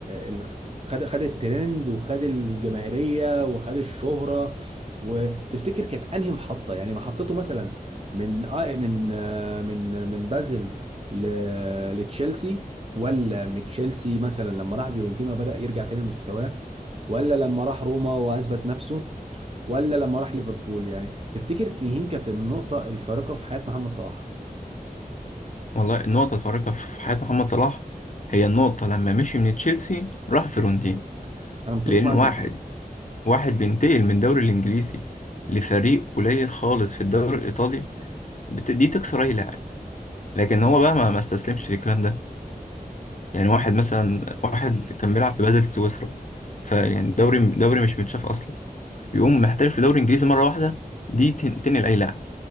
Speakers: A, on the right (about 40°); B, on the left (about 55°).
A: ال... خد خد الترند وخد الجماهيريه وخد الشهره وتفتكر كانت انهي محطه يعني محطته مثلا من آه، من آه، من من بازل ل- لتشيلسي ولا من تشيلسي مثلا لما راح فيورنتينا وبدأ يرجع تاني لمستواه ولا لما راح روما وأثبت نفسه ولا لما راح ليفربول يعني تفتكر مين كانت النقطة الفارقة في حياة محمد صلاح؟
B: والله النقطة الفارقة في حياة محمد صلاح هي النقطة لما مشي من تشيلسي راح فيرونتين
A: أنا متفق
B: لأن
A: معاك
B: واحد
A: جدا
B: واحد بينتقل من الدوري الإنجليزي لفريق قليل خالص في الدوري الإيطالي بت- دي تكسر أي لاعب لكن هو بقى ما ما استسلمش للكلام ده يعني واحد مثلا واحد كان بيلعب في بازل سويسرا فيعني دوري دوري مش متشاف أصلا يقوم محترف في دوري إنجليزي مرة واحدة دي تن- تنقل أي لاعب